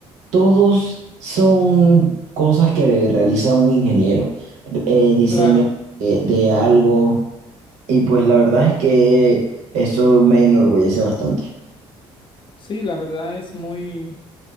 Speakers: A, on the right; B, on the left.
A: todos son cosas que realiza un ingeniero, eh, diseño
B: Claro,
A: eh, de algo, y pues la verdad es que eso me enorgullece bastante.
B: sí, la verdad es muy,